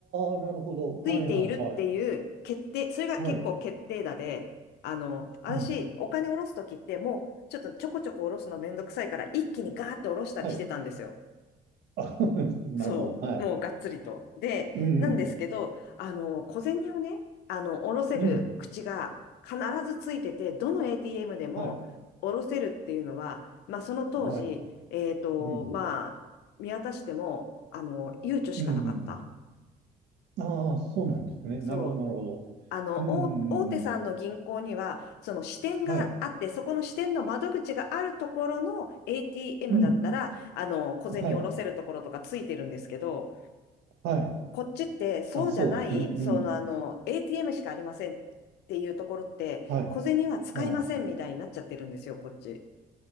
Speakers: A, on the right (about 80°); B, on the left (about 75°).
A: あ、なるほど。はい、
B: ついているっていう決定、
A: はい、はい。
B: それが結構決定打で、
A: はい。
B: あの、私、
A: うん。
B: お金下ろすときって、もう、ちょっとちょこちょこ下ろすのめんどくさいから、一気にガーって下ろしたりしてたんですよ。
A: はい。あ、<laughs> なるほど。
B: そう、
A: はい。
B: もうがっつりと。で、
A: うん。
B: なんですけど、あの、小銭をね、あの、下ろせる口が必ずついてて、
A: うん。
B: どの ATM でも下ろせるっていうのは、
A: はい。
B: まあ、その当時、
A: はい。
B: えっと、
A: うん。
B: まあ、見渡しても、あの、悠長しかなかった。
A: うんうん。ああ、そうなんですね。
B: そう。
A: なるほど、なるほど。
B: あの、
A: うんうんうんうん。
B: 大、大手さんの銀行には、その支店があって、
A: はい。
B: そこの支店の窓口があるところの ATM
A: うん。
B: だったら、あの、小銭下ろせるところとかついてるんですけど、
A: はい。はい。
B: こっちってそうじゃない、
A: あ、そうですね。うん。
B: そのあの、ATM しかありませんっていうところって、
A: はい。
B: 小銭は使いませんみたいになっちゃってるんですよ、
A: はい。
B: こっち。